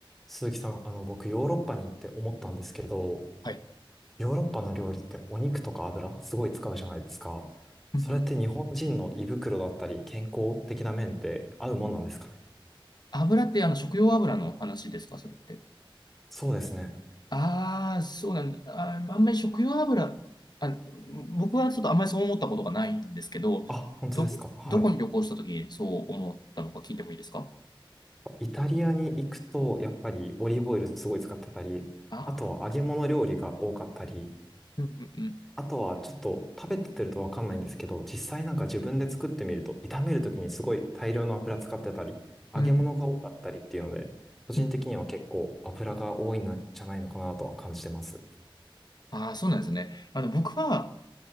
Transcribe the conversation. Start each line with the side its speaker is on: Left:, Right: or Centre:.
Centre: 鈴木さん、あの、僕、ヨーロッパに行って思ったんですけど、
Left: はい。
Centre: ヨーロッパの料理ってお肉とか油、すごい使うじゃないですか。
Left: うんうん。
Centre: それって日本人の胃袋だったり、健康的な面って合うもんなんですかね。
Left: 油ってあの食用油の話ですか、それって。
Centre: そうですね。
Left: ああ、そうなんだ。あー、あんまり食用油、あ、僕はちょっとあんまりそう思ったことがないんですけど、
Centre: あ、本当ですか。
Left: ど、
Centre: はい。
Left: どこに旅行した時にそう思ったのか聞いてもいいですか
Centre: イタリアに行くと、やっぱりオリーブオイルすごい使ってたり、
Left: ああ
Centre: あとは揚げ物料理が多かったり、
Left: ー、うんうんうん。
Centre: あとはちょっと食べてるとわかんないんですけど、実際なんか自分で作ってみると、炒めるときにすごい大量の油使ってたり、揚げ物が多かったりっていうので、
Left: うん
Centre: 個人的には結構油が多いんじゃないのかなとは感じてます。
Left: うん。ああ、そうなんですね。あの、僕は、